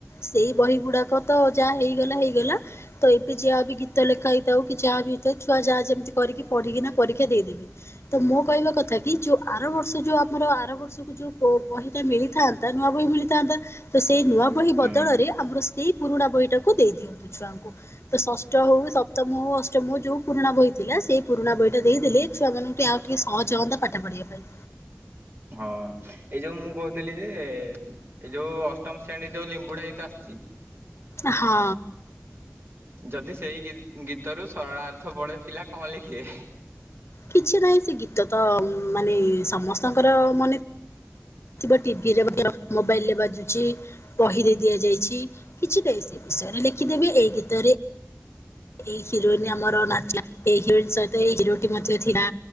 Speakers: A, on the left; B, on the right.
A: ସେଇ ବହିଗୁଡାକ ତ ଯା ହେଇଗଲା ହେଇଗଲା ତ ଏବେ ଯା ବି ଗୀତ ଲେଖା ହେଇଥାଉ କି ଯାହା ବି ହେଇଥାଉ ଛୁଆ ଯା ଯେମିତି କରିକି ପଢିକିନା ପରୀ କ୍ଷା ଦେଇଦେବେ ତ ମୋ କହିବା କଥା କି ଯୋଉ ଆର ବର୍ଷ ଯୋଉ ଆମର ଆର ବର୍ଷକୁ ଯୋଉ ପୋ ବହି ଟା ମିଳିଥାନ୍ତା ନୂଆ ବହି ମିଳିଥାନ୍ତା ତ ସେଇ ନୂଆ ବହି
B: ହୁଁ
A: ବଦଳରେ ଆମର ସେଇ ପୁରୁଣା ବହିଟାକୁ ଦେଇ ଦିଅନ୍ତୁ ଛୁଆଙ୍କୁ। ତ ଷଷ୍ଟ ହଉ ସପ୍ତମ ହଉ ଅଷ୍ଟମ ହଉ ଯୋଉ ପୁରୁଣା ବହି ଥିଲା ସେଇ ପୁରୁଣା ବହିଟା ଦେଇ ଦେଲେ ଛୁଆମାନୁଙ୍କୁ ଆଉ ଟିକେ ସହଜ ହୁଅନ୍ତା ପାଠ ପଢିବା ପାଇଁ।
B: ହଁ। ଏଇ ଯୋଉ ମୁଁ କହୁଥିଲି ଯେ ଏଇ ଯୋଉ ଅଷ୍ଟମ ଶ୍ରେଣୀରେ ଯୋଉ ଲିମ୍ବୁଡା ଗୀତ ଆସିଚି
A: ଆ ହଁ।
B: ଯଦି ସେଇ ଗୀ ଗୀତରୁ ସରଳାର୍ଥ ପଡେ ପିଲା କଁ ଲେଖିବେ।
A: କିଛି ନାହିଁ ସେ ଗୀତ ତ ଉଁ ମାନେ ସମସ୍ତଙ୍କର ମନେ ଥିବ ଟିଭିରେ <unintelligible> ମୋବାଇଲରେ ବାଜୁଛି ବହିରେ ଦିଆଯାଇଛି କିଛିଟେ ସେ ବିଷୟରେ ଲେଖିଦେବେ ଏଇ ଗୀତରେ ଏଇ ହିରୋଇନି ଆମର ନାଚି <unintelligible> ଏଇ ହିରୋଇନ୍ ସହିତ ଏଇ ହିରୋଟି ମଧ୍ୟ ଥିଲା।